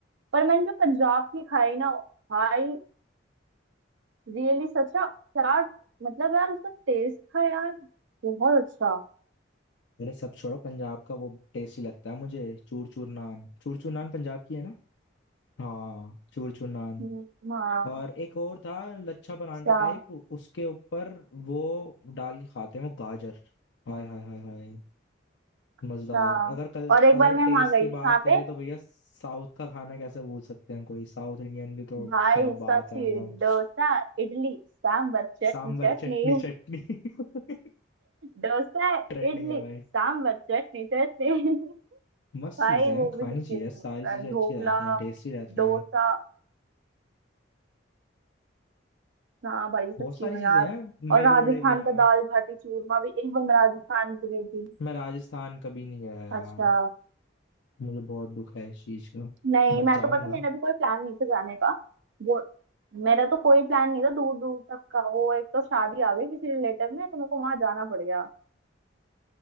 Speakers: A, on the right; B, on the left.
A: पर मैंने जो पंजाब की खाई ना भाई रियली सच्चा क्या मतलब यार उसका टेस्ट था यार बहुत अच्छा
B: अरे सब छोड़ो पंजाब का वो टेस्टी लगता है मुझे चूर चूर नान चूर चूर नान पंजाब की है ना हाँ चूर चूर नान
A: हम्म, हाँ
B: और एक और था लच्छा
A: अच्छा
B: परांठा टाइप उसके ऊपर वो डाल के खाते हैं वो गाजर हाय हाय हाय हाय
A: अच्छा
B: मजेदार अगर कल
A: और एक
B: अगर
A: बार मैं
B: टेस्ट
A: वहां गई
B: की
A: थी
B: बात
A: कहाँ
B: करें
A: पे
B: तो भैया साउथ का खाना कैसे भूल सकते हैं कोई साउथ इंडियन भी तो
A: भाई
B: क्या बात
A: सच
B: है मतलब
A: डोसा इडली सांबर चटनी
B: सांभर
A: चटनी
B: चटनी चटनी <laughs>
A: <laughs> डोसा
B: ट्रेंडिंग
A: इडली
B: है भाई
A: सांबर चटनी चटनी <laughs>
B: मस्त
A: भाई
B: चीजें हैं
A: वो
B: खानी
A: भी सच्ची
B: चाहिए
A: अच्छा
B: सारी
A: होता है
B: चीजें
A: ढोकला
B: अच्छी रहती हैं टेस्टी रहती
A: डोसा
B: हैं
A: हाँ भाई सच्ची
B: बहुत सारी
A: में
B: चीजें
A: यार
B: हैं
A: और
B: मेदू
A: राजस्थान
B: बड़े भी हैं
A: का दाल बाटी चूरमा भी एक बार मैं राजस्थान भी गई थी
B: मैं राजस्थान कभी नहीं गया यार
A: अच्छा
B: मुझे बहुत दुख है इस चीज का
A: नहीं
B: बट
A: मैं
B: जाऊंगा
A: तो पता है, मेरा भी कोई प्लान नहीं था जाने का वो मेरा तो कोई प्लान नहीं था दूर दूर तक का वो एक तो शादी आ गई किसी रिलेटिव में तो मेरे को वहां जाना पड़ गया